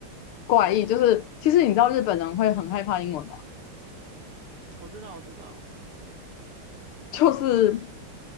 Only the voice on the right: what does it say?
我知道我知道，